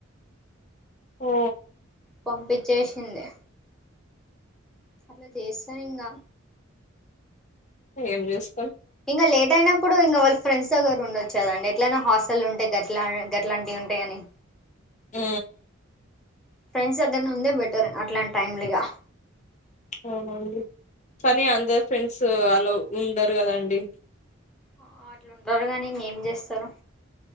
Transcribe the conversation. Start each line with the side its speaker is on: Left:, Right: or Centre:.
Left: హో
Centre: పంపిచ్చేసింది అట్లా చేస్తాను ఇంగ
Left: ఏం జేస్
Centre: ఇంగ లేట్ అయినప్పుడు ఇంగ వాళ్ ఫ్రెండ్స్ దగ్గర ఉండొచ్చు కదండి ఎట్లయినా హాస్టల్ ఉంటే గట్లా గట్లాంటివి ఉంటాయని
Left: ఉ
Centre: ఫ్రెండ్స్ దగ్గర ఉందే బెటర్ అట్లాంటి టైమ్లీగా
Left: అవునండి కానీ అందరు ఫ్రెండ్స్ అలా ఉండరు గదాండి
Centre: ఆ అట్లుంటారు కానీ ఇంకేం చేస్తారు